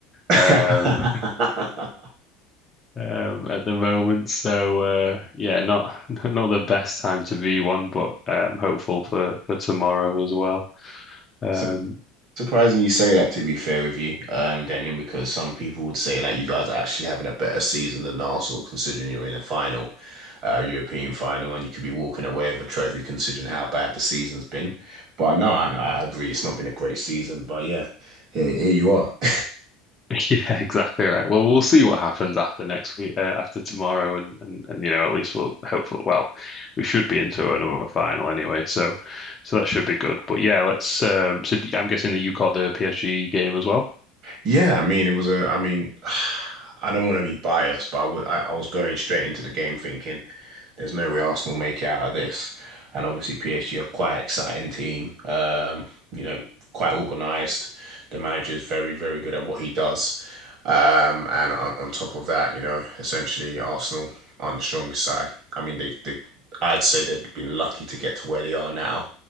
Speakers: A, on the right; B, on the left.
A: <laughs>
B: um, <laughs> um, at the moment. So uh, yeah, not <laughs> not the best time to be one, but um, hopeful for for tomorrow as well. Um,
A: So Surprising you say that, to be fair with you, um, Daniel, because some people would say like you guys are actually having a better season than Arsenal, considering you're in the final, uh, European final, and you could be walking away with a trophy, considering how bad the season's been. But no, I, I agree, it's not been a great season. But yeah, here, here you are. <laughs>
B: <laughs> Yeah, exactly right. Well, we'll see what happens after next week, uh, after tomorrow, and, and and you know, at least we'll hopefully. Well, we should be into another final anyway, so so that should be good. But yeah, let's. Um, so d- I'm guessing that you caught the PSG game as well.
A: Yeah, I mean, it was a, I mean, <sighs> I don't want to be biased, but I would, I, I was going straight into the game thinking. there's no way Arsenal make it out of this. And obviously PSG are quite an exciting team. Um, you know, quite organised. The manager's very, very good at what he does. Um, and on, on top of that, you know, essentially Arsenal on the strongest side. I mean, they, they I'd say they've been lucky to get to where they are now.